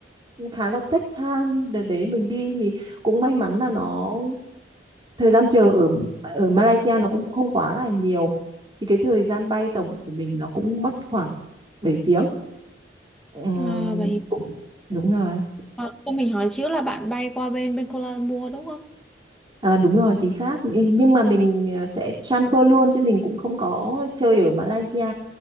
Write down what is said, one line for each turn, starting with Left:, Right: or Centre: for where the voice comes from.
Right: khá là take time. Đợt đấy mình đi thì cũng may mắn là nó thời gian chờ ở ở Malaysia nó cũng không quá là nhiều. Thì cái thời gian bay tổng của mình nó cũng mất khoảng 7 tiếng. Ừm,
Centre: à, vậy
Right: cũng đúng rồi.
Centre: à, cho mình hỏi xíu là bạn bay qua bên bên Kuala Lumpur đúng không
Right: À, đúng rồi, chính xác. Nhưng nhưng mà mình ờ, sẽ transfer luôn chứ mình cũng không có chơi ở Malaysia.